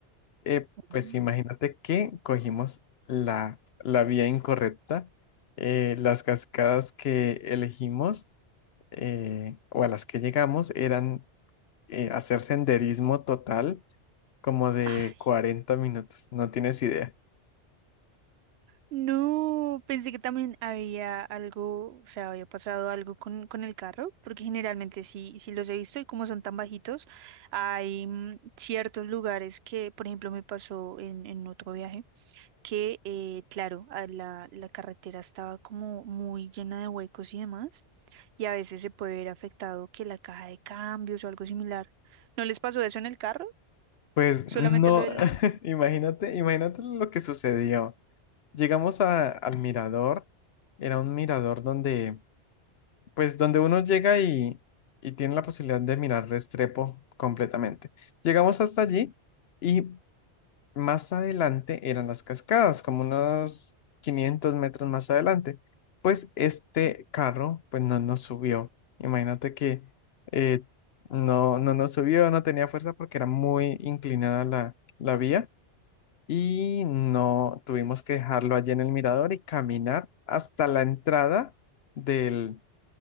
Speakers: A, on the left (about 65°); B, on the right (about 70°).
A: Eh,
B: <laughs>
A: pues imagínate que cogimos la, la vía incorrecta. Eh, las cascadas que elegimos eh, o a las que llegamos eran eh, hacer senderismo total como de
B: Mm.
A: 40 minutos, no tienes idea.
B: No, pensé que también había algo, o sea, había pasado algo con, con el carro, porque generalmente sí, sí los he visto y como son tan bajitos, hay mm, ciertos lugares que, por ejemplo, me pasó en, en otro viaje, que, eh, claro, a la, la carretera estaba como muy llena de huecos y demás, y a veces se puede ver afectado que la caja de cambios o algo similar. ¿No les pasó eso en el carro?
A: Pues
B: Solamente
A: no,
B: lo del...
A: <laughs> imagínate, imagínate lo que sucedió. Llegamos a- al mirador, era un mirador donde pues donde uno llega y, y tiene la posibilidad de mirar Restrepo completamente. Llegamos hasta allí y más adelante eran las cascadas, como unos 500 metros más adelante. Pues este carro, pues no nos subió. Imagínate que eh, no, no nos subió, no tenía fuerza porque era muy inclinada la, la vía y no tuvimos que dejarlo allí en el mirador y caminar hasta la entrada del